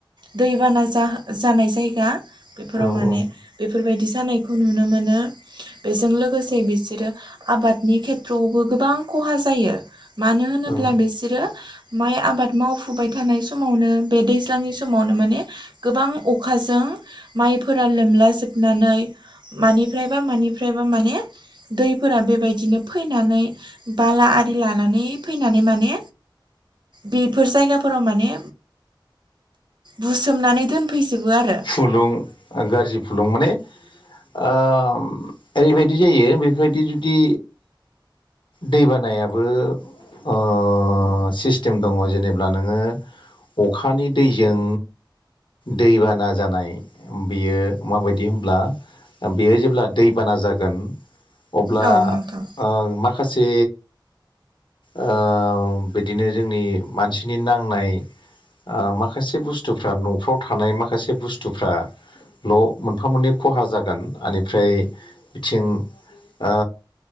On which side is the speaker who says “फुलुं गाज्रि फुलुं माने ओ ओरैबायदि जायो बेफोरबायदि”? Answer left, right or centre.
Left